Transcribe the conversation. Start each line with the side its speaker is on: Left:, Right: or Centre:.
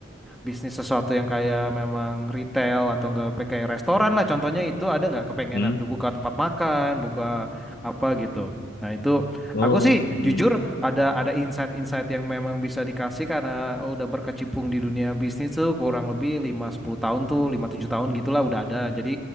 Centre: bisnis sesuatu yang kayak memang retail atau enggak kayak restoran lah, contohnya itu ada nggak kepengenan
Left: Hmm.
Centre: buka tempat makan, buka apa gitu. Nah itu
Left: Oh,
Centre: aku sih
Left: hmm.
Centre: jujur ada ada insight-insight yang memang bisa dikasih karena udah berkecimpung di dunia bisnis tuh kurang lebih lima sepuluh tahun tuh lima tujuh tahun gitulah udah ada. Jadi